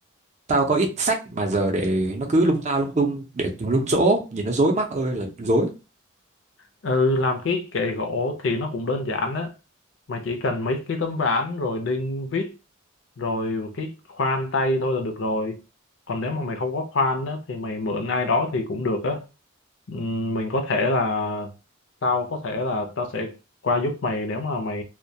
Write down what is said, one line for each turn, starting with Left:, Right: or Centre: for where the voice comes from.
Right: Tao có ít sách mà giờ để nó cứ lung ta lung tung để tùm lum chỗ, nhìn nó rối mắt ơi là rối.
Left: ừ làm cái kệ gỗ thì nó cũng đơn giản á mày chỉ cần mấy cái tấm ván rồi đinh vít rồi một cái khoan tay thôi là được rồi còn nếu mà mày không có khoan á thì mày mượn ai đó thì cũng được á Ừm, mình có thể là tao có thể là tao sẽ qua giúp mày nếu mà mày